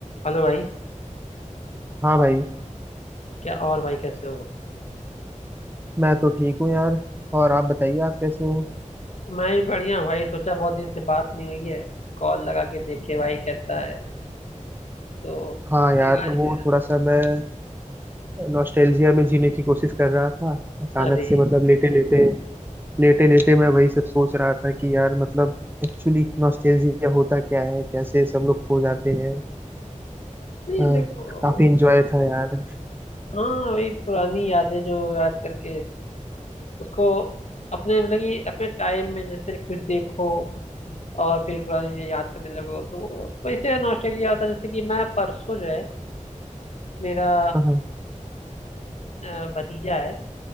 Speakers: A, on the left; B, on the right.
A: Hello भाई
B: हाँ भाई
A: क्या और भाई कैसे हो
B: मैं तो ठीक हूँ यार और आप बताइए आप कैसे हो
A: मैं भी बढ़िया हूँ भाई सोचा बहुत दिन से बात नहीं हुई है कॉल लगा के देखे भाई कैसा है तो
B: हाँ यार
A: लगा लिया
B: वो थोड़ा सा मैं नॉस्टैल्जिया में जीने की कोशिश कर रहा था अचानक
A: अरे
B: से मतलब लेटे लेटे लेटे लेटे मैं वही सब सोच रहा था कि यार मतलब एक्चुअली नॉस्टैल्जिया होता क्या है कैसे सब लोग खो जाते हैं
A: नहीं
B: अ,
A: देखो
B: काफी इंजॉय था यार
A: हाँ वही पुरानी यादें जो याद करके उसको अपने मतलब कि अपने टाइम में जैसे कुछ देखो और फिर पुरानी चीजें याद करने लगो तो वैसे नॉस्टैल्जिया होता है जैसे कि मैं परसों जो है मेरा
B: हाँ हाँ,
A: अ, भतीजा है